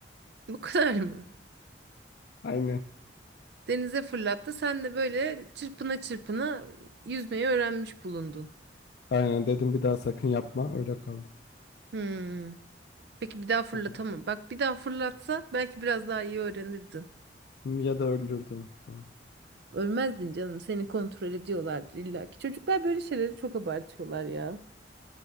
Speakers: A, on the right (about 65°); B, on the left (about 60°).
A: Bu <laughs> kadar mı?
B: Aynen.
A: Denize fırlattı, sen de böyle çırpına çırpına yüzmeyi öğrenmiş bulundun.
B: Aynen dedim bir daha sakın yapma, öyle kaldı.
A: Hmm. Peki bir daha fırlatamam.
B: Hı hı.
A: Bak bir daha fırlatsa belki biraz daha iyi öğrenirdin.
B: Ya da öldürdüm falan.
A: Ölmezdin canım. Seni kontrol ediyorlardır illa ki. Çocuklar böyle şeyleri çok abartıyorlar ya.